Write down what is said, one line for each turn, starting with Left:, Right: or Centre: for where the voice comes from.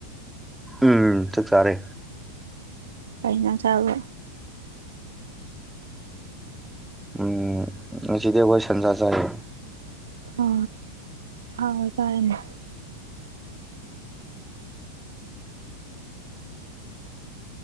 Centre: ꯎꯝ ꯆꯥꯛ ꯆꯥꯔꯦ
Right: ꯀꯩ ꯏꯖꯥꯡ ꯆꯥꯔꯕꯣ
Centre: ꯎꯝ ꯉꯁꯤꯗꯤ ꯑꯩꯈꯣꯏ ꯁꯟꯁꯥ ꯆꯥꯏꯌꯦ
Right: ꯑꯣ ꯑꯍꯥꯎꯕ ꯆꯥꯔꯅꯦ꯫